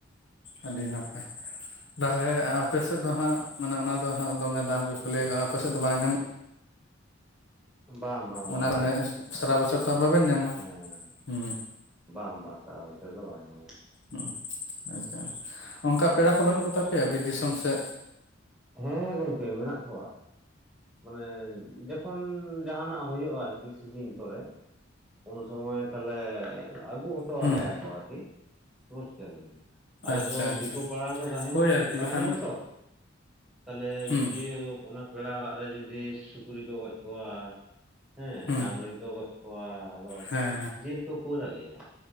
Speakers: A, on the left (about 60°); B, in the centre.
A: ᱟᱹᱰᱤ ᱱᱟᱯᱟᱭ ᱛᱟᱦᱞᱮ, ᱟᱨ ᱟᱯᱮ ᱥᱮᱫ ᱫᱚ ᱦᱟᱸᱜ ᱢᱟᱱᱮ ᱚᱱᱟ ᱫᱚ ᱦᱟᱸᱜ ᱫᱚᱢᱮ ᱫᱟᱢ ᱜᱮ ᱠᱚ ᱞᱟᱹᱭᱟ, ᱟᱯᱮ ᱥᱮᱫ ᱫᱚ ᱵᱟᱝ ᱧᱟᱢᱚᱜ-ᱟ?
B: ᱵᱟᱝ ᱵᱟᱝ ᱵᱟᱝ
A: ᱚᱱᱟ ᱨᱟᱱᱮᱥ
B: ᱧᱟᱢᱚᱜᱼᱟ
A: ᱥᱟᱨᱟ ᱵᱚᱪᱷᱚᱨ ᱛᱚ ᱟᱨ ᱵᱟᱵᱮᱱ ᱧᱟᱢᱟ
B: ᱦᱮᱸ
A: ᱦᱩᱸ᱾
B: ᱵᱟᱝ ᱵᱟᱝ ᱥᱟᱨᱟ ᱵᱚᱪᱷᱚᱨ ᱫᱚ ᱵᱟᱝ ᱧᱟᱢᱚᱜ-ᱟ᱾
A: ᱦᱩᱸ, ᱟᱪᱪᱷᱟ, ᱚᱝᱠᱟ ᱯᱮᱲᱟ ᱠᱚ ᱵᱟᱹᱱᱩᱜ ᱠᱚ ᱛᱟᱯᱮᱭᱟ ᱵᱤᱨ ᱫᱤᱥᱚᱢ ᱥᱮᱫ?
B: ᱦᱮᱸ ᱜᱚᱝᱠᱮ ᱢᱮᱱᱟᱜ ᱠᱚᱣᱟ᱾ ᱢᱟᱱᱮ ᱡᱚᱠᱷᱚᱱ ᱡᱟᱸᱦᱟᱱᱟᱜ ᱦᱩᱭᱩᱜ-ᱟ ᱟᱨᱠᱤ ᱥᱤᱡᱤᱱ ᱠᱚᱨᱮ᱾ ᱩᱱ ᱥᱚᱢᱚᱭ ᱛᱟᱦᱞᱮ ᱟᱹᱜᱩ ᱦᱚᱴᱚᱣᱟᱞᱮᱭᱟ
A: ᱦᱩᱸ
B: ᱠᱚ ᱟᱨᱠᱤ ᱵᱩᱡᱽ ᱠᱮᱫᱟᱵᱤᱱ᱾ ᱟᱞᱮ
A: ᱟᱪᱪᱷᱟ
B: ᱫᱚ
A: ᱟᱪᱪᱷᱟ
B: ᱫᱤᱠᱩ ᱯᱟᱲᱟ ᱨᱮᱫᱚ ᱛᱟᱸᱦᱮᱱ,
A: ᱦᱳᱭ ᱟᱨᱠᱤ
B: ᱛᱟᱸᱦᱮᱱᱟᱞᱮ
A: ᱵᱟᱠᱷᱟᱱ
B: ᱛᱚ᱾ ᱛᱟᱦᱞᱮ
A: ᱦᱩᱸ
B: ᱡᱩᱫᱤ ᱚᱱᱟ ᱯᱮᱲᱟ ᱚᱲᱟᱜ ᱨᱮ ᱡᱩᱫᱤ ᱥᱩᱠᱨᱤ ᱠᱚ ᱜᱚᱡ ᱠᱚᱣᱟ ᱦᱮᱸ
A: ᱦᱩᱸ
B: ᱰᱟᱝᱨᱤ ᱠᱚ ᱜᱚᱡ ᱠᱚᱣᱟ ᱟᱫᱚ
A: ᱦᱮᱸ
B: ᱡᱤᱞ ᱠᱚ ᱠᱳᱞᱟᱞᱮᱭᱟ᱾